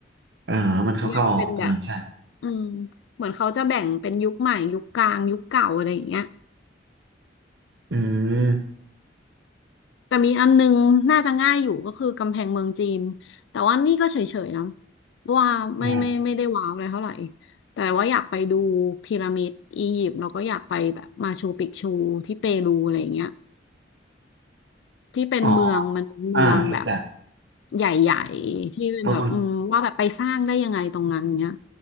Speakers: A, on the right; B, on the left.
A: เออมันเข้าเข้าออกเออใช่
B: ยังเป็นแบบอืมเหมือนเขาจะแบ่งเป็นยุคใหม่ยุคกลางยุคเก่าอะไรอย่างเงี้ย
A: อืม
B: แต่มีอันนึงน่าจะง่ายอยู่ก็คือกำแพงเมืองจีนแต่ว่านี่ก็เฉยๆนะว่าไม่ไม่ไม่ได้ว้าวอะไรเท่าไหร่
A: อืม
B: แต่ว่าอยากไปดูพีระมิดอียิปต์แล้วก็อยากไปแบบมาชูปิกชูที่เปรูอะไรอย่างเงี้ยที่เป็นเมืองมันเป็นเมืองแบบ
A: อ๋ออ่ารู้จัก
B: ใหญ่ๆที่เป็นแบบอืมว่าแบบไปสร้างได้ยังไงตรงนั้นเงี้ย
A: เมืองคน